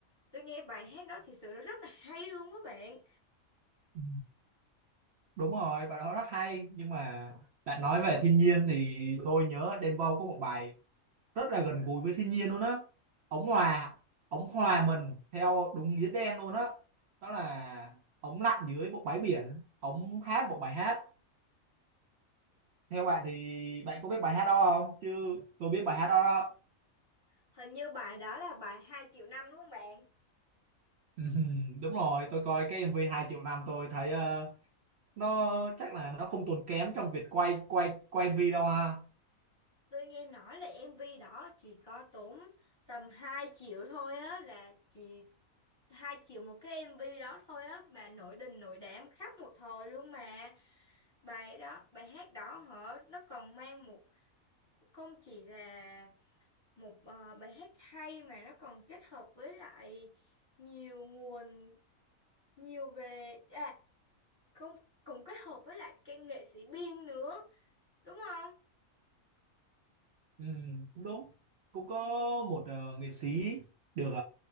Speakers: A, on the left; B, on the right.
A: Tôi nghe bài hát đó thì sự rất là hay luôn các bạn.
B: Ừ, đúng rồi bài đó rất hay nhưng mà bạn nói về thiên nhiên thì tôi nhớ Đen Vâu có một bài rất là gần gũi với thiên nhiên luôn á ống hòa ống hòa mình theo đúng nghĩa đen luôn á đó là ống lặn dưới một bãi biển ống hát một bài hát Theo bạn thì bạn có biết bài hát đó không? Chứ tôi biết bài hát đó đó.
A: Hình như bài đó là bài 2 triệu năm đúng không bạn?
B: <laughs> Đúng rồi, tôi coi cái MV 2 triệu năm tôi thấy ờ, nó chắc là nó không tốn kém trong việc quay quay quay MV đâu ha.
A: Tôi nghe nói là MV đó chỉ có tốn tầm 2 triệu thôi á là chỉ 2 triệu một cái MV đó thôi á mà nổi đình nổi đám khắp một thời luôn mà. Bài đó, bài hát đó hả? Nó còn mang một không chỉ là một ờ, bài hát hay mà nó còn kết hợp với lại nhiều nguồn nhiều về à không cùng kết hợp với lại cái nghệ sĩ biên nữa, đúng không?
B: Ừm, cũng đúng. Cũng có một ờ, nghệ sĩ được uh,